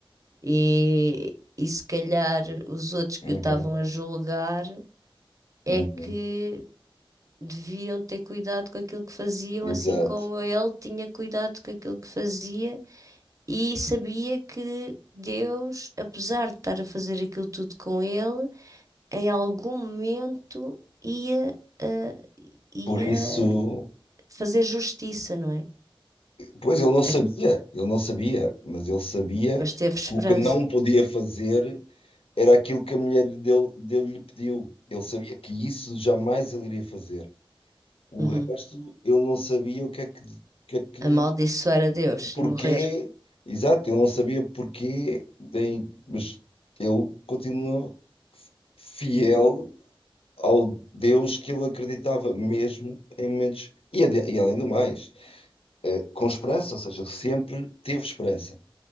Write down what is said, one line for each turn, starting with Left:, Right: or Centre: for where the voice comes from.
Right: E, e se calhar os outros que
Left: Uhum,
Right: o estavam a julgar é
Left: uhum,
Right: que deviam ter cuidado com aquilo que faziam,
Left: exato.
Right: assim como ele tinha cuidado com aquilo que fazia e sabia que Deus, apesar de estar a fazer aquilo tudo com ele, em algum momento ia, ah, ia
Left: Por isso.
Right: fazer justiça, não é?
Left: Pois ele não
Right: É-
Left: sabia, ele não sabia, mas ele sabia
Right: Mas
Left: que
Right: teve esperança.
Left: o que não podia fazer era aquilo que a mulher dele, dele lhe pediu. Ele sabia que isso jamais ele iria fazer. O
Right: Uhum.
Left: resto, ele não sabia o que é que, o que é que,
Right: Amaldiçoar a Deus
Left: porquê,
Right: e morrer.
Left: exato, ele não sabia porquê, bem mas ele continua fiel ao Deus que ele acreditava, mesmo em momentos. E, ade- e além do mais, eh, com esperança, ou seja, ele sempre teve esperança.